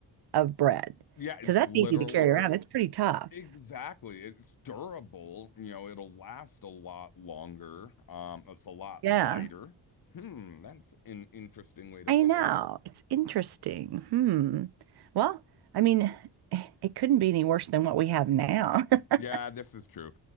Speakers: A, on the right (about 60°); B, on the left (about 50°).
A: of bread?
B: Yeah,
A: Because
B: it's
A: that's
B: littler.
A: easy to carry around. It's pretty tough.
B: Exactly. It's durable. You know, it'll last a lot longer. Um, it's a lot
A: Yeah,
B: lighter. Hmm, that's an interesting way to
A: I
B: look
A: know.
B: at it.
A: It's interesting. Hmm. Well, I mean, <sighs> it couldn't be any worse than what we have now. <laughs>
B: Yeah, this is true.